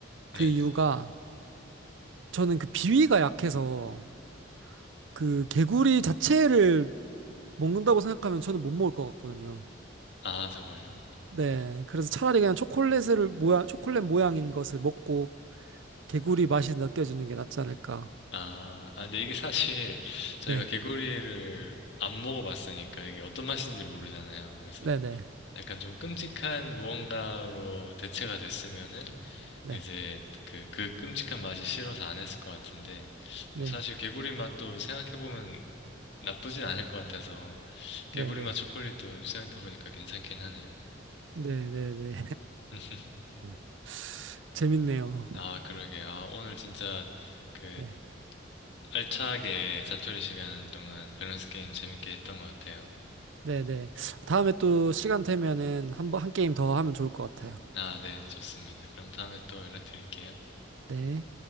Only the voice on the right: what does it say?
그 이유가 저는 그 비위가 약해서 그 개구리 자체를 먹는다고 생각하면 저는 못 먹을 것 같거든요.
네, 그래서 차라리 그냥 초콜릿을 모양, 초콜릿 모양인 것을 먹고 개구리 맛이 느껴지는 게 낫지 않을까.
네,
네, 네,
네,
네,
네, 네,
네, 네, 네.
<laughs> 재밌네요.
네.
네네. 다음에 또 시간 되면은 한 번, 한 게임 더 하면 좋을 것 같아요.
네.